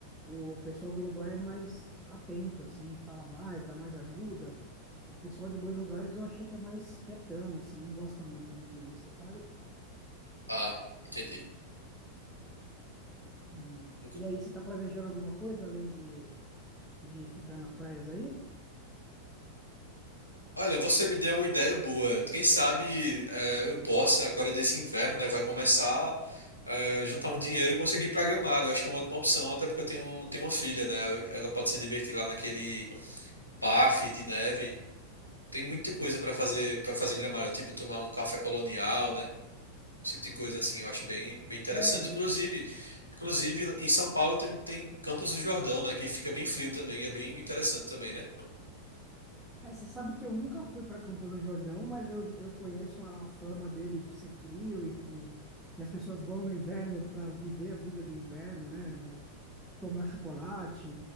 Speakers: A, in the centre; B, on the left (about 80°).
A: O pessoal do Uruguai é mais atento, assim, fala mais, dá mais ajuda. O pessoal de Buenos Aires eu achei que é mais quietão, assim, não gosta muito do turista, sabe?
B: Ah, entendi.
A: E,
B: Nunca-
A: e aí, você está planejando alguma coisa além de, de ficar nas praias aí?
B: Olha, você me deu uma ideia boa. Quem sabe eh, eu possa, agora nesse inverno, né, vai começar a juntar um dinheiro e conseguir ir pra Gramado. Eu acho que é uma ótima opção, até porque eu tenho, tenho uma filha, né? Ela pode se divertir lá naquele parque de neve. Tem muita coisa pra fazer para fazer em Gramado, tipo tomar um café colonial, né? Esse tipo de coisa, assim, eu acho bem, bem interessante.
A: É,
B: Inclusive, inclusive, em São Paulo tem, tem Campos do Jordão, né? Que fica bem frio também e é bem interessante também, né?
A: É, você sabe que eu nunca fui para Campos do Jordão, mas eu, eu conheço a fama dele de ser frio e que e as pessoas vão no inverno para viver a vida do inverno, né? No, tomar chocolate,